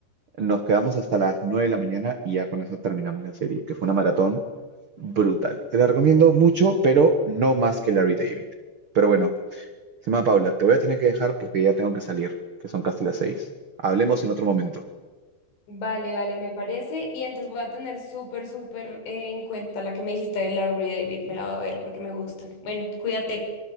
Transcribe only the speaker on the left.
Vale, vale, me parece. Y entonces voy a tener súper, súper en cuenta la que me dijiste de Larry David. Me la voy a ver porque me gusta. Bueno, cuídate.